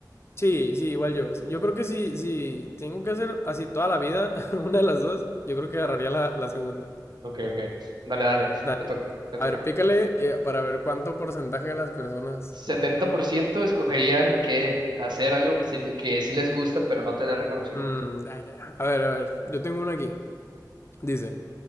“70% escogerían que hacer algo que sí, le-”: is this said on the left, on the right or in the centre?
Right